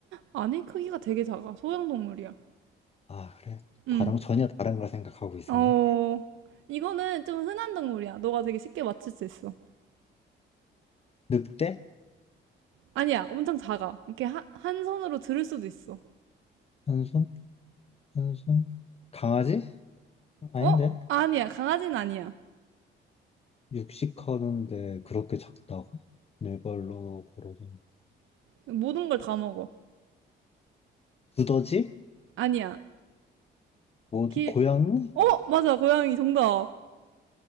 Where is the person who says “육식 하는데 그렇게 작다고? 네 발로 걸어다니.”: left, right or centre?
Left